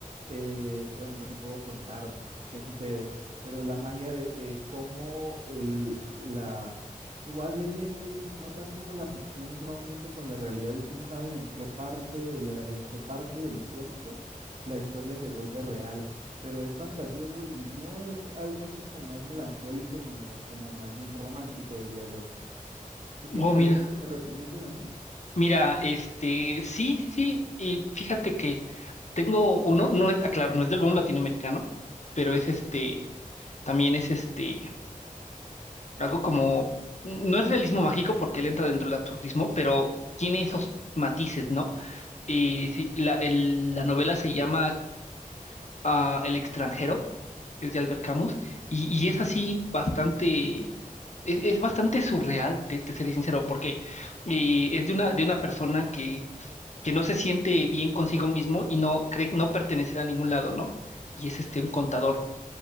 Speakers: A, on the right (about 45°); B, on the left (about 55°).
A: eh, bueno, no te puedo contar qué sucede, pero la magia de, de cómo el, la, tú vas leyendo y ni- notas cómo la ficción se va uniendo con la realidad y tú no sabes en qué parte de la, en qué parte del cuento la historia se vuelve real pero es fantasioso y no es algo así como más melancólico, sino como más bien romántico, diría yo. ¿Tú tienes
B: Oh, mira.
A: alguno que me recomiendes a mí?
B: Mira, este, sí, sí, sí. Y fíjate que tengo uno, no es, aclaro, no es del boom latinoamericano, pero es este, también es este, algo como, no es realismo mágico porque él entra dentro del absurdismo, pero tiene esos matices, ¿no? Eh, sí, la, el- la novela se llama a El extranjero, es de Albert Camus, y, y es así bastante, es, es bastante surreal, te, te seré sincero, porque eh, es de una, de una persona que, que no se siente bien consigo mismo y no cree no pertenecer a ningún lado, ¿no? Y es este un contador